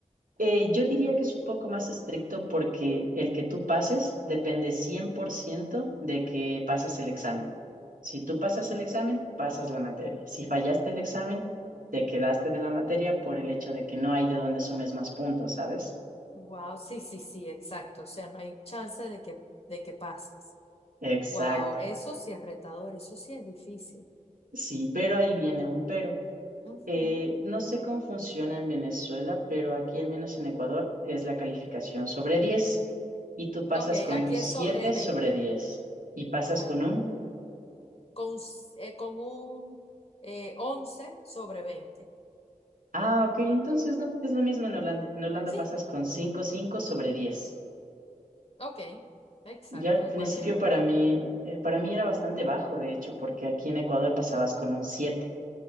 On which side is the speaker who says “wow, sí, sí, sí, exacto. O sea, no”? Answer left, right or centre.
Left